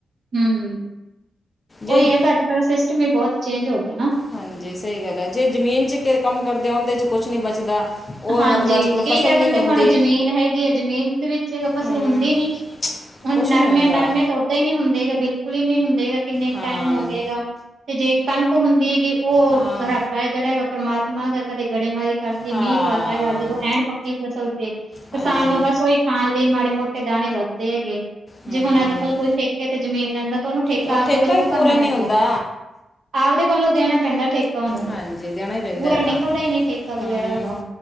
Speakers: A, on the right (about 55°); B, on the left (about 25°).
A: ਹਮ ਉਹੀ
B: ਜੇ
A: ਹੈ ਕਿ ਅੱਜ ਕਲ ਸਿਸਟਮ ਈ ਬਹੁਤ ਚੇਂਜ ਹੋ ਗਿਆ ਨਾ।
B: ਹਾਂਜੀ। ਸਹੀ ਗੱਲ ਐ ਜੇ ਜ਼ਮੀਨ 'ਚ ਕੇ ਕੰਮ ਕਰਦੇ ਔਂਦੇ 'ਚ ਕੁਛ ਨੀ ਬਚਦਾ। ਉਹ
A: ਹਾਂਜੀ।
B: ਮਤਲਬ ਅੱਜ ਕੱਲ
A: ਕਈ
B: ਫਸਲ
A: ਕਹਿ ਦਿੰਦੇ
B: ਨਹੀਂ ਹੁੰਦੀ
A: ਹੁਣ ਜ਼ਮੀਨ ਹੈਗੀ ਐ ਜ਼ਮੀਨ ਦੇ ਵਿੱਚ ਫਸਲ
B: ਹੂੰ
A: ਹੁੰਦੀ ਨੀ। ਹੁਣ
B: ਕੁਝ
A: ਨਰਮੇ
B: ਨਹੀਂ ਹੁੰਦਾ
A: -ਨਰਮੇ ਤੋ ਦੇ ਈ ਨਹੀਂ ਹੁੰਦੇ ਕਦੇ ਬਿਲਕੁਲ ਹੀ ਨੀ ਹੁੰਦੇ ਆ ਕਿੰਨੇ
B: ਹਾਂ
A: ਟਾਈਮ ਹੋ ਗਏ ਹੈਗਾ ਤੇ ਜੇ ਕਣਕ ਹੁੰਦੀ ਹੈਗੀ
B: ਹਾਂ।
A: ਮੈ ਜਿਹੜਾ ਹੈਗਾ ਪਰਮਾਤਮਾ ਦਾ ਕਦੇ ਗੜੇਮਾਰੀ ਕਰਤੀ
B: ਹਾਂ
A: ਮੀਂਹ ਪਾਤ ਹੈਗਾ ਜਦੋਂ, ਐਨ ਪੱਕੀ ਫਸਲ ਤੇ ਕਿਸਾਨ
B: ਹਾਂਜੀ
A: ਨੂੰ ਬਸ ਉਹੀ ਖਾਣ ਲਈ ਮਾੜੇ- ਮੋਟੇ ਦਾਣੇ ਵੱਧਦੇ ਹੈਗੇ। ਜੇ
B: ਹੂੰ
A: ਹੁਣ ਅੱਜ -ਕੱਲ ਕੋਈ ਠੇਕੇ ਤੇ ਜ਼ਮੀਨ ਲੈਂਦਾ ਤੇ ਉਹਨੂੰ ਠੇਕਾ
B: ਉਹ
A: ਆਪਦੇ ਵੱਲੋਂ
B: ਹੀ
A: ਭਰਨਾ
B: ਪੂਰਾ ਨਹੀਂ
A: ਪੈਂਦਾ?
B: ਹੁੰਦਾ
A: ਆਪਦੇ ਵੱਲੋਂ ਦੇਣਾ ਪੈਂਦਾ ਠੇਕਾ ਓਨੂੰ
B: ਹਾਂਜੀ ਦੇਣਾ ਹੀ ਪੈਂਦਾ
A: ਪੂਰਾ
B: ਹੈ
A: ਨਿਕਲਦਾ
B: ਤਾਂ
A: ਹੀ ਨਹੀਂ ਠੇਕਾ ਵਗੈਰਾ
B: ਹੂੰ
A: ਉਹਦਾ।